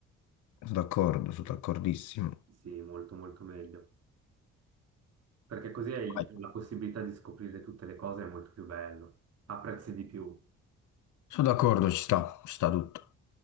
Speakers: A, on the left; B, on the right.
A: Sono d'accordo, sono d'accordissimo.
B: sì, molto molto meglio, perché così hai
A: Vai.
B: la possibilità di scoprire tutte le cose, è molto più bello, apprezzi di più.
A: Sono d'accordo, ci sta, ci sta tutto.